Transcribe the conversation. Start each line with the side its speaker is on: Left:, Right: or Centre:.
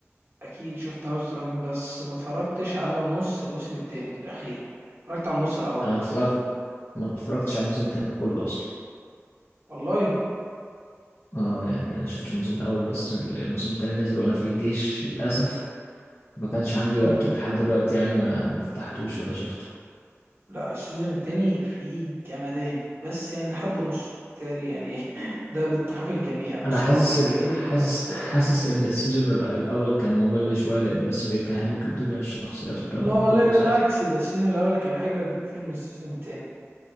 Right: اكيد شفت هاوس دراجون بس ما اتفرجتش على نص الموسم التاني الاخير اتفرجت على النص الاول
Left: انا
Right: بس
Left: ما اتفرجت ما اتفرجتش على الموسم التاني كله اصلا
Right: والله
Left: اه يعني انا شفت الموسم الاول بس الموسم التاني نزل وانا في الجيش للاسف ما كانش عندي
Right: امم
Left: وقت ولحد دلوقتي يعني ما ما فتحتوش ولا شفته
Right: لا السيزون التاني فيه جمدان بس يعني لحد نص بالتالي يعني <laughs> ده باتفاق الجميع النص
Left: انا حاسس
Right: الاول كان
Left: ال-
Right: جميل
Left: حاسس
Right: بس
Left: حاسس ان السيزون الأ- الاول كان ممل شويه لانه لسه بيفهمك الدنيا والشخصيات والكلام
Right: لا
Left: ده كله
Right: لا بالعكس
Left: صح
Right: ده السيزون الاول كان اجمد بكتير من السيزون التاني